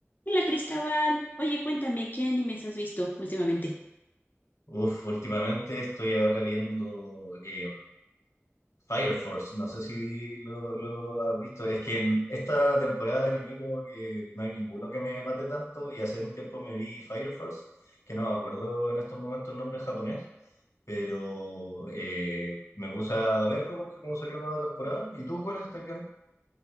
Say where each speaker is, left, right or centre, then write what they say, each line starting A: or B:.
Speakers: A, on the left; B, on the left.
A: Hola Cristóbal, oye, cuéntame, ¿qué animes has visto últimamente?
B: Uf, últimamente estoy ahora viendo eh, Fire Force. No sé si lo, lo has visto. Es que en esta temporada de anime como que no hay ninguno que me mate tanto y hace un tiempo me vi Fire Force, que no me acuerdo en estos momentos el nombre en japonés, pero eh, me puse a verlo porque como salió nueva temporada. ¿Y tú cuál estás viendo?